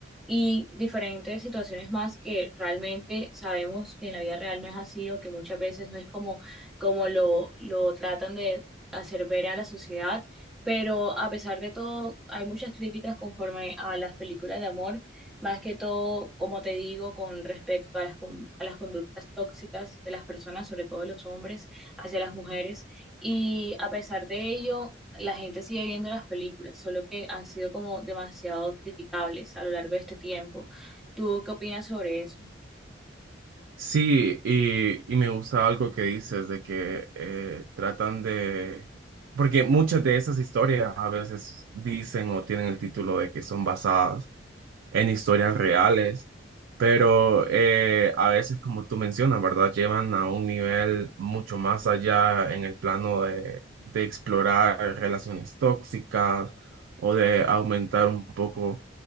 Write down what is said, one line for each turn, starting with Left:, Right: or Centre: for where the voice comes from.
Centre: y diferentes situaciones más que realmente sabemos que en la vida real no es así o que muchas veces no es como, como lo, lo tratan de hacer ver a la sociedad pero a pesar de todo, hay muchas críticas conforme a las películas de amor, más que todo, como te digo, con respecto a las, con- a las conductas tóxicas de las personas, sobre todo de los hombres, hacia las mujeres. Y a pesar de ello, la gente sigue viendo las películas, solo que han sido como demasiado criticables a lo largo de este tiempo. ¿Tú qué opinas sobre eso?
Right: Sí, y, y me gusta algo que dices de que eh, tratan de, porque muchas de esas historias a veces dicen o tienen el título de que son basadas en historias reales, pero eh, a veces, como tú mencionas, ¿verdad? Llevan a un nivel mucho más allá en el plano de, de explorar relaciones tóxicas o de aumentar un poco